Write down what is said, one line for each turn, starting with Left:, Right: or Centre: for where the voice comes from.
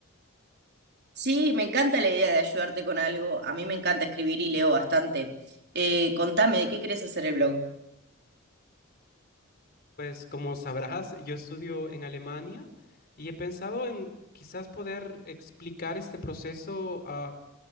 Right: Sí, me encanta la idea de ayudarte con algo. A mí me encanta escribir y leo bastante. Eh, contame, ¿de qué querés hacer el blog?
Left: Pues como sabrás, yo estudio en Alemania y he pensado en quizás poder explicar este proceso a,